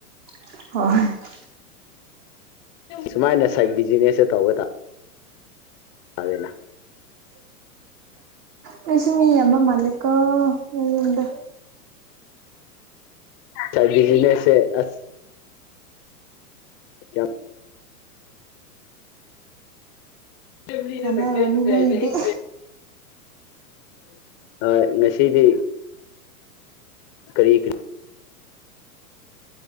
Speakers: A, on the right; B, on the left.
A: ꯍꯣꯏ
B: ꯁꯨꯃꯥꯏꯅ ꯁꯥꯏꯠ ꯕꯤꯖꯤꯅꯦꯁꯇ ꯇꯧꯕ ꯇꯥ ꯇꯔꯦꯅ
A: ꯅꯣꯏꯁꯨ ꯃꯤ ꯌꯥꯝꯕ ꯃꯜꯂꯤꯀꯣ ꯅꯣꯏꯌꯨꯝꯗꯨ
B: ꯁꯥꯏꯠ ꯕꯤꯖꯤꯅꯦꯁꯁꯦ ꯑꯁ ꯀꯌꯥꯝ <unintelligible>
A: ꯀꯥꯟꯅꯔꯅꯤ ꯅꯣꯏꯒꯤꯗꯤ
B: ꯍꯣꯏ ꯉꯁꯤꯗꯤ ꯀꯔꯤ ꯀꯔꯤ